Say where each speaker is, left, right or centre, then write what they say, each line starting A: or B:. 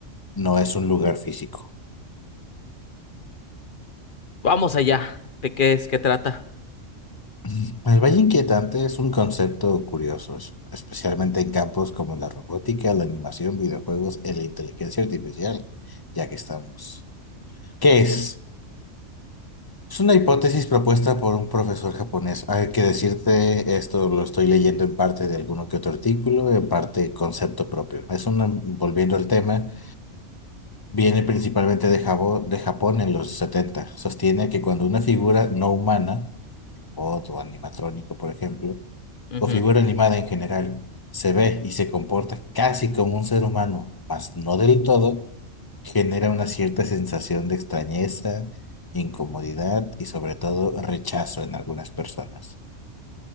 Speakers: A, on the left; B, on the left.
A: no es un lugar físico.
B: Vamos allá. ¿De qué es? ¿Qué trata?
A: <laughs> El Valle Inquietante es un concepto curioso, es- especialmente en campos como la robótica, la animación, videojuegos y la inteligencia artificial, ya que estamos. ¿Qué
B: Ujú,
A: es? Es una hipótesis propuesta por un profesor japonés. Hay que decirte, esto lo estoy leyendo en parte de alguno que otro artículo, en parte concepto propio. Es una, volviendo al tema, viene principalmente de Jabo- de Japón en los 70. Sostiene que cuando una figura no humana robot o animatrónico, por ejemplo,
B: ujú,
A: o figura animada en general, se ve y se comporta casi como un ser humano, mas no del todo, genera una cierta sensación de extrañeza, incomodidad y sobre todo rechazo en algunas personas.